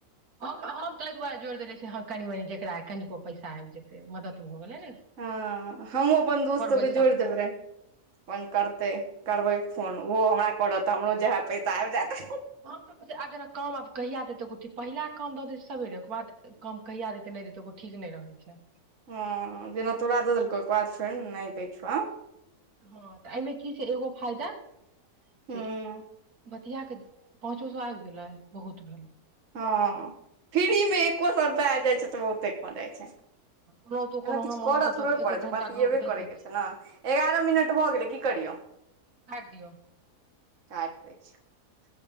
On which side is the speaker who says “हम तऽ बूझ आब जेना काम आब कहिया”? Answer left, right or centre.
Right